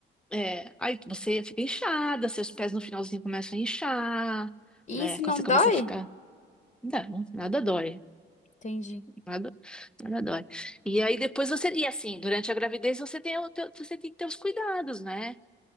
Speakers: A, in the centre; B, on the left.
A: É, aí você fica inchada, seus pés no finalzinho começam a inchar,
B: E
A: né?
B: isso
A: Quando
B: não
A: você
B: dói?
A: começa a ficar. Não, nada dói.
B: Entendi.
A: Nada, nada dói. E aí depois você. E assim, durante a gravidez você tem, o teu- você tem que ter os cuidados, né?